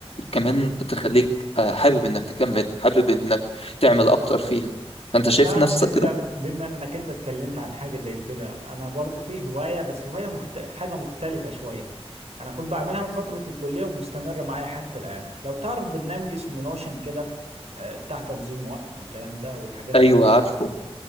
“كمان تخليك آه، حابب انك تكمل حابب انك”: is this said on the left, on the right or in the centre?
Left